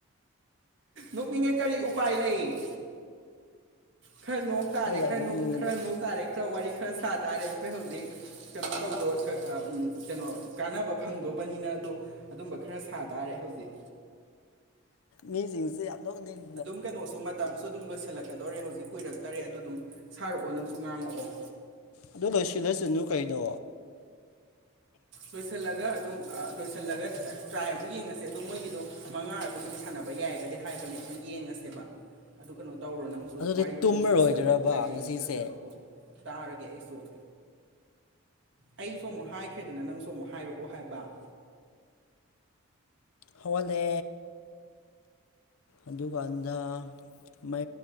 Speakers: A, on the right (about 55°); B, on the left (about 80°).
A: ꯅꯣꯛꯅꯤꯡꯉꯦ ꯀꯔꯤ ꯎꯄꯥꯏ ꯂꯩ ꯈꯔ ꯅꯣꯡ ꯇꯥꯔꯦ
B: ꯑꯩ ꯌꯥꯝ
A: ꯈꯔ
B: ꯅꯣꯛꯅꯤꯡꯉꯤꯗ
A: ꯈꯔ ꯅꯣꯛ ꯇꯥꯔꯦ ꯈꯔ ꯋꯥꯔꯤ ꯈꯔ ꯁꯥ ꯇꯥꯔꯦ ꯑꯩꯈꯣꯏ ꯍꯧꯖꯤꯛ ꯀꯩꯅꯣ ꯇꯧꯗ ꯀꯩꯅꯣ ꯀꯥꯟꯅꯕ ꯐꯪꯗꯧꯕꯅꯤꯅ ꯑꯗꯣ ꯑꯗꯨꯝꯕ ꯈꯔ ꯁꯥ ꯇꯥꯔꯦ ꯍꯧꯖꯤꯛ
B: ꯃꯤꯁꯤꯡꯁꯦ ꯌꯥꯝ ꯂꯧꯣꯛꯅꯤꯡ
A: ꯑꯗꯨꯝ ꯀꯩꯅꯣꯁꯨ ꯃꯇꯝꯁꯨ ꯑꯗꯨꯝ ꯂꯣꯏꯁꯤꯜꯂꯛꯀꯗꯧꯔꯦ ꯍꯧꯖꯤꯛ ꯀꯨꯏꯔꯛꯇꯔꯦ ꯑꯗꯨ ꯑꯗꯨꯝ ꯁꯥꯔꯛꯑꯣ ꯅꯪꯁꯨ ꯉꯥꯡꯉꯛꯑꯣ
B: ꯑꯗꯨ ꯂꯣꯏꯁꯤꯜꯂꯁꯤꯟꯗꯨꯨ ꯀꯩꯅꯣ
A: ꯂꯣꯏꯁꯤꯜꯂꯒ ꯑꯗꯨꯝ ꯂꯣꯏꯁꯤꯜꯂꯒ ꯇ꯭ꯔꯥꯏ ꯑꯃꯨꯛ ꯌꯦꯡꯉꯁꯦ ꯑꯗꯣ ꯃꯣꯏꯒꯤꯗꯣ ꯃꯉꯥ ꯨꯝ ꯁꯥꯟꯅꯕ ꯌꯥꯏ ꯍꯥꯏꯕꯅꯦ ꯑꯗꯨ ꯌꯦꯦꯕ ꯑꯗꯨ ꯀꯩꯅꯣ ꯇꯧꯔꯣ ꯅꯪ
B: ꯑꯗꯨꯗꯤ
A: ꯋꯥꯔꯤꯗꯣ
B: ꯇꯨꯝꯃꯔꯣꯏꯗ꯭ꯔꯕ
A: ꯑꯗꯨꯝ ꯁꯥꯖꯜꯂꯛꯑꯣ ꯀꯩ ꯀꯩꯅꯣ
B: ꯉꯁꯤꯁꯦ
A: ꯁꯥꯖꯜꯂꯛꯑꯣ ꯇꯥꯔꯒꯦ ꯑꯩꯁꯨ ꯑꯩꯁꯨ ꯑꯃꯨꯛ ꯍꯥꯏꯈ꯭ꯔꯦ ꯗꯅ ꯅꯪꯁꯨ ꯑꯃꯨꯛ ꯍꯥꯏꯔꯛꯑꯣ ꯍꯥꯏꯕ
B: ꯍꯋꯥꯂꯦ ꯑꯗꯨꯀꯥꯟꯗ ꯃ